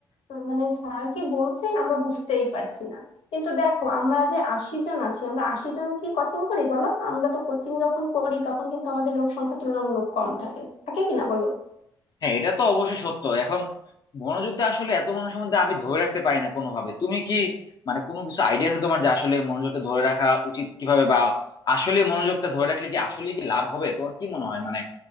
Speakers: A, on the left; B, on the left.
A: উম, মানে স্যার কি বলছেন আমরা বুঝতেই পারছি না কিন্তু দেখো আমরা যে আশি জন আছি আমরা আশি জন কি কোচিং করি বলো আমরা তো কোচিং যখন করি তখন কিন্তু আমাদের লোক সংখ্যা তুলনামূলক কম থাকে থাকে কিনা বলো
B: হ্যাঁ এটা তো অবশ্যই সত্য এখন মনোযোগটা আসলে এত মানুষের মধ্যে আমি ধরে রাখতে পারি না কোনোভাবে তুমি কি মানে কোনো কিছু আইডিয়া আছে তোমার যে আসলে মনোযোগটা ধরে রাখা উচিত কিভাবে বা আসলে মনোযোগটা ধরে রাখলে কি আসলে কি লাভ হবে তোমার কি মনে হয় মানে